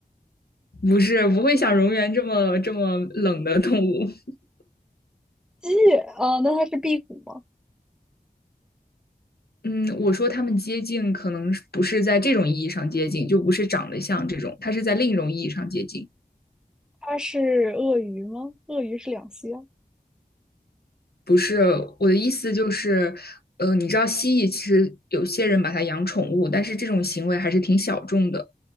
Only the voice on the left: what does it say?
不是不会像蝾螈这么这么冷的动物。<laughs>
嗯，我说它们接近，可能不是在这种意义上接近，就不是长得像这种，它是在另一种意义上接近。
不是我的意思就是，呃，你知道蜥蜴其实有些人把它养宠物，但是这种行为还是挺小众的，